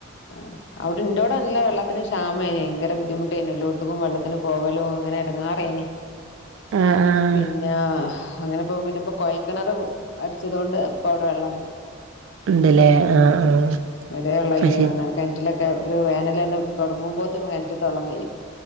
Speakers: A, on the left; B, on the right.
A: ആ അവിടെ ഇന്റോടെ നല്ല വെള്ളത്തിന് ക്ഷാമമായിനെ ഭയങ്കര ബുദ്ധിമുട്ടായിന് എല്ലോടത്തക്കും വെള്ളത്തിന് പോവാലോ അങ്ങനെ എടങ്ങേറായിന്.
B: ആഹ് ആഹ്
A: പിന്നാ. അങ്ങനെയിപ്പോ പിന്നെ ഇപ്പോ കോയൽക്കിണർ കു അടിച്ചതുകൊണ്ട് ഇപ്പവിടെ വെള്ളൊണ്ട്.
B: ഉണ്ടല്ലേ.
A: <unintelligible>
B: ആഹ് ആഹ് അത് ശരി
A: കെണറ്റിലൊക്കെ ഒരു വേനലങ്ങട് തൊടങ്ങുമ്പോത്തും കെണറ്റിത്തെ വെള്ളം കഴിയും.